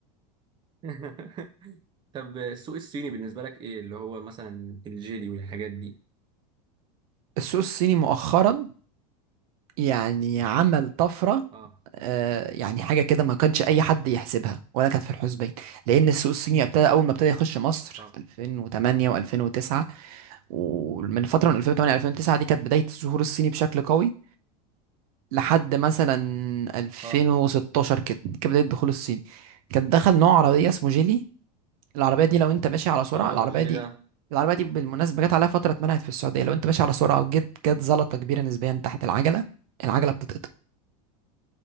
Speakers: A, on the right (about 25°); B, on the right (about 65°).
A: <laughs> طب السوق الصيني بالنسبه لك ايه اللي هو مثلا الجيلي والحاجات دي
B: السوق الصيني مؤخرا يعني عمل طفره
A: اه
B: آه يعني حاجه كده ما كانش اي حد يحسبها ولا كانت في الحسبان لان السوق الصيني ابتدى اول ما ابتدى يخش مصر
A: اه
B: في 2008 و2009 ومن فتره من 2008 2009 دي كانت بدايه ظهور الصيني بشكل قوي لحد مثلا 2016
A: اه
B: كده كانت بدايه دخول الصيني كان دخل نوع عربية اسمه جيلي العربية دي لو انت ماشي على سرعة
A: اه
B: العربية
A: الجيلي
B: دي
A: ده
B: العربية دي بالمناسبة جت عليها فترة اتمنعت في السعودية لو انت ماشي على سرعة وجيت جت زلطة كبيرة نسبيا تحت العجلة العجلة بتتقطم